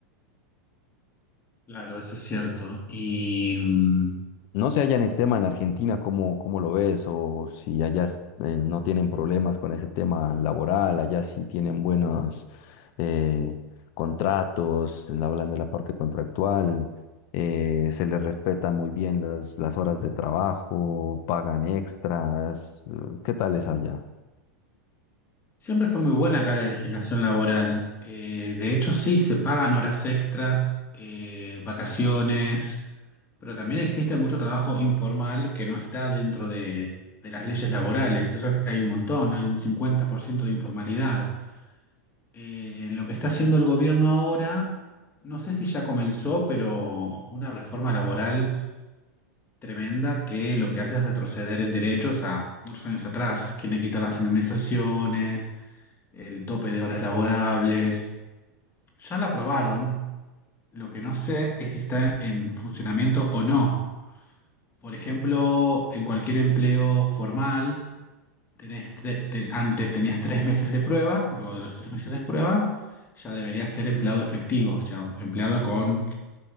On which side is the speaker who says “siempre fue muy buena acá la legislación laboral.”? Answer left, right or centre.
Left